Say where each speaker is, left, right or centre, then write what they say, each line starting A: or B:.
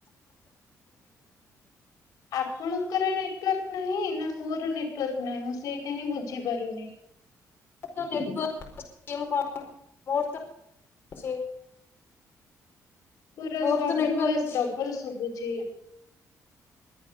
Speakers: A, on the left; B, on the left.
A: ଆପଣଙ୍କର ନେଟୱାର୍କ ନାହିଁ। ନା ମୋର ନେଟୱାର୍କ ନାହିଁ। ମୁଁ ସେଇଟା ହିଁ ବୁଝିପାରୁନି।
B: ଣ ମୋର ତ <inaudible>
A: ପୁରା
B: ମୋର
A: ସବୁ
B: ତ ନେଟୱାର୍କ
A: ଭୟସ
B: ଅଛି
A: ଡବଲ ଶୁଭୁଛି।